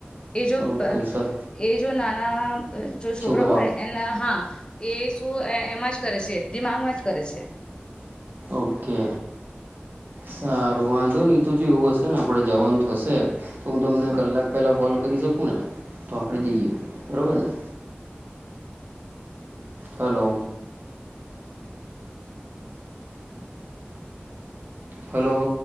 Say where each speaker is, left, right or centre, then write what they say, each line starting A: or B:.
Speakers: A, on the left (about 25°); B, on the right (about 50°).
A: એ જો
B: ઓકે સર
A: એ જો નાના જો છોકરા
B: છોકરાઓ
A: હોય એના હા એ શું એમાં જ કરે છે દિમાગમાં જ કરે છે.
B: ઓકે સારું વાંધો નહી તો જો એવું હશે ને આપણે જવાનું થશે તો હું તમને કલાક પહેલાં કોલ કરી શકું તો આપણે જઈએ બબર ને. Hello hello